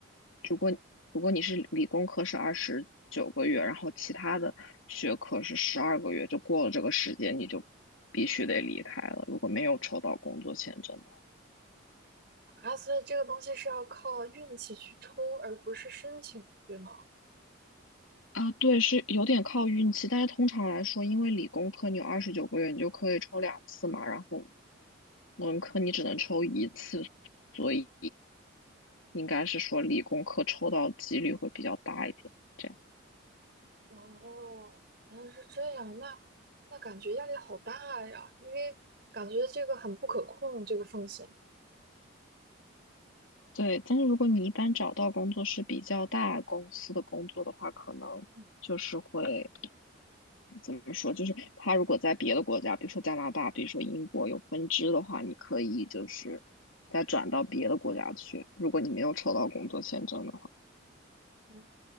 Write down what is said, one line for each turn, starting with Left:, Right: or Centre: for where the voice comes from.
Left: 如果如果你是理工科是二十九个月，然后其他的学科是十二个月，就过了这个时间，你就必须得离开了。如果没有抽到工作签证，
Right: 啊，所以这个东西是要靠运气去抽，而不是申请，对吗？
Left: 啊，对，是有点靠运气，但是通常来说，因为理工科你有二十九个月，你就可以抽两次嘛，然后文科你只能抽一次，所以应该是说理工科抽到几率会比较大一点。这样
Right: 哦，原来是这样，那那感觉压力好大呀，因为感觉这个很不可控，这个风险。
Left: 对，但是如果你一般找到工作是比较大公司的工作的话，可能就是会
Right: 嗯
Left: 怎么说？就是他如果在别的国家，比如说加拿大，比如说英国有分支的话，你可以就是再转到别的国家去。如果你没有抽到工作签证的话，
Right: 嗯。